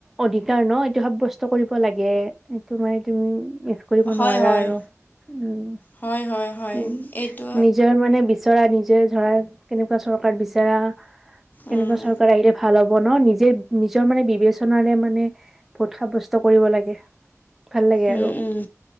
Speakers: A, in the centre; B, on the left (about 35°).
A: অধিকাৰ ন, এইটো সাব্যস্ত কৰিব লাগে। এইটো মানে তুমি মিছ কৰিব
B: হয়
A: নোৱাৰা
B: হয়
A: আৰু। উম,
B: হয় হয় হয়
A: উম
B: এইটো
A: নিজৰে মানে বিছ বিচৰা, নিজে ধৰা কেনেকুৱা চৰকাৰ বিচৰা, কেনেকুৱা
B: উম
A: চৰকাৰ আহিলে ভাল হ'ব ন। নিজে নিজৰ মানে, বিবেচনাৰে মানে ভোট সাব্যস্ত কৰিব লাগে। ভাল লাগে
B: উম,
A: আৰু
B: উম।